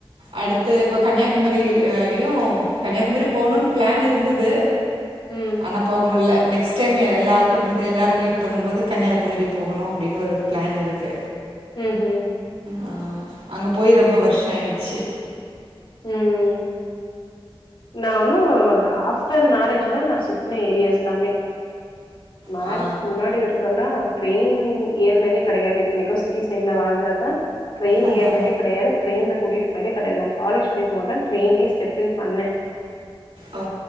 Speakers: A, on the right (about 85°); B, on the left (about 60°).
A: அடுத்து இப்போ கன்யாகுமரிலயு கன்யாகுமரி போணுன்னு பிளான் இருந்தது
B: ம்
A: ஆனா போக முட்ல நெக்ஸ்ட் டைமு எல்லா குடும்பத்த எல்லாரு மீட் பண்ணும்போது கன்னியாகுமரி போகணு அப்டின்னு ஒரு பிளான் இருக்கு
B: ம் ஹூ
A: ஆ அங்க போய் ரொம்ப வருஷோ ஆயிருச்சி
B: ம் நா ஒண்ணு ஆஃப் ஆஃப்டர் மேரேஜ் தா நா சுத்தின ஏரியாஸ் எல்லாமே மேரேஜ்க்கு
A: ஆ
B: முன்னாடி வரைக்குந்தா ட்ரெயின் ஏறுனதே கெடையாது இத்தனைக்கு சிட்டி சைட்ல வளந்ததுதா ட்ரெயின்
A: அதா
B: ஏறுனதே கெடையாது ட்ரெயின்ல கூட்டிட்டு போனதே கெடையாது நா காலேஜ் படிக்கும் போதுதா ட்ரெயின்லயே ஸ்டெப் இன் பண்ணே
A: ஆ